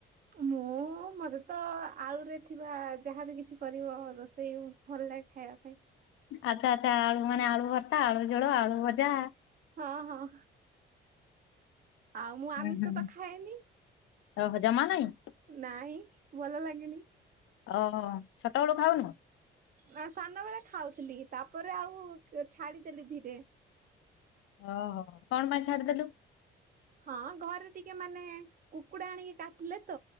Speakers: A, on the right (about 45°); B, on the left (about 80°).
A: ମୁଁ- ମତେ ତ- ଆଳୁରେ ଥିବା ଯାହାବି କିଛି କରିବ ରୋଷେଇ ଭଲ ଲାଗେ ଖାଇବା ପାଇଁ।
B: ଆଚ୍ଛା ଆଚ୍ଛା ଆଳୁ ମାନେ ଆଳୁ ଭର୍ତା ଆଳୁ ଝୋଳ ଆଳୁ ଭଜା
A: ହଁ ହଁ। ଆଉ ମୁଁ ଆମିଷ
B: ହୁଁ ହୁଁ
A: ତ ଖାଏନି।
B: ଓହୋ ଜମା ନାଇଁ?
A: ନାଇଁ ଭଲ ଲାଗେନି।
B: ଓ ଛୋଟବେଳୁ ଖାଉନୁ?
A: ନା ସାନ ବେଳେ ଖାଉଥିଲି ତାପରେ ଆଉ ଛାଡ଼ିଦେଲି ଧୀରେ।
B: ଅହଁ କଣ ପାଇଁ ଛାଡ଼ି ଦେଲୁ।
A: ହଁ ଘରେ ଟିକେ ମାନେ କୁକୁଡ଼ା ଆଣିକି କାଟିଲେ ତ